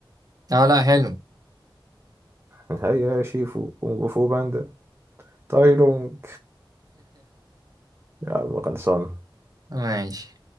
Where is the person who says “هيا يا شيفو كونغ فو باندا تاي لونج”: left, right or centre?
Right